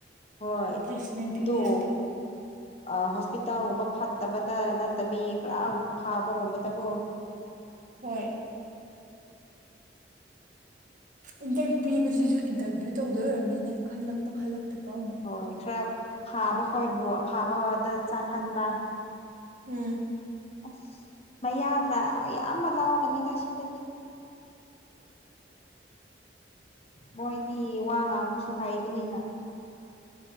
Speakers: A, on the left (about 35°); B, on the right (about 50°).
A: ꯍꯣꯏ
B: ꯄ꯭ꯂꯦꯁꯃꯦꯟ ꯄꯤꯕꯤꯔꯗꯤ
A: ꯑꯗꯣ ꯑ ꯍꯣꯁꯄꯤꯇꯥꯜꯒꯨꯝꯕ ꯐꯠꯇꯕꯗ ꯅꯠꯇꯕꯤ ꯈꯔꯥ ꯐꯕꯒꯨꯝꯕꯗꯀꯣ
B: ꯍꯣꯏ ꯏꯟꯇꯔ ꯄꯤꯕꯁꯤꯁꯨ ꯏꯟꯇꯔꯚ꯭ꯌꯨ ꯇꯧꯗꯣꯏ ꯑꯣꯏꯔꯝꯅꯤꯅꯦ ꯈꯜꯂꯛꯄ ꯈꯜꯂꯛꯇꯕ꯭ꯔ ꯑꯃꯨꯛ
A: ꯍꯣꯏ ꯈꯔ ꯐꯥꯕ ꯈꯣꯏꯕꯨ ꯑꯐꯕꯗ ꯆꯪꯍꯟꯕ
B: ꯎꯝ
A: ꯑꯁ ꯃꯌꯥꯡꯅ ꯑꯌꯥꯝꯕ ꯂꯧꯒꯅꯤꯗ ꯁꯤꯗꯗꯤ ꯃꯣꯏꯗꯤ ꯋꯥ ꯉꯥꯡꯕꯁꯨ ꯍꯩꯕꯅꯤꯅ